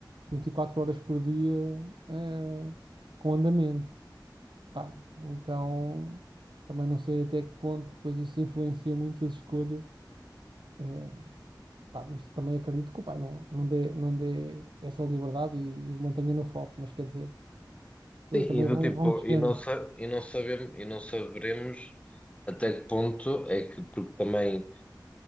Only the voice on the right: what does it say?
24 horas por dia, eh, com andamento. Pá, então, também não sei até que ponto depois isso influencia muito as escolhas. Eh, pá, não sei, também acredito que o pai não, não dê, não dê essa liberdade e, e o mantenha no foco, mas quer dizer, as pessoas
também
vão,
vão crescendo.